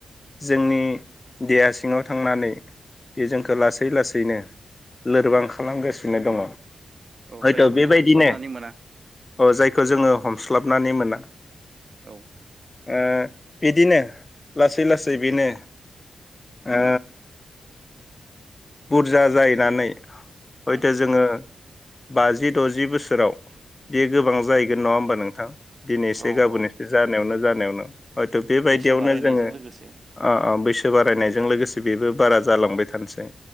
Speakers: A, on the left (about 25°); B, on the right (about 50°).
A: जोंनि देहा सिङाव थांनानै बे जोंखौ लासै लासैनो लोरबां खालामगासिनो दङ।
B: औ
A: हयथ'
B: जायखौ
A: बेबायदिनो
B: जों हमस्लाबनानै मोना
A: अ जायखौ जोङो हमस्लाबनानै मोना
B: औ।
A: ओ बिदिनो लासै लासै बेनो ओ बुरजा जाहैनानै हयथ'
B: उम
A: जोङो बाजि द'जि बोसोराव बे गोबां जाहैगोन नङा होमबा नोंथां? दिनै एसे
B: औ
A: गाबोन
B: औ
A: एसे जानायावनो जानायावनो हयथ' बेबायदियावनो
B: बैसो बारायनायजों
A: जोङो
B: लोगोसे
A: ओओ बै बारायनायजों लोगोसे बेबो बारा जालांबाय थानोसै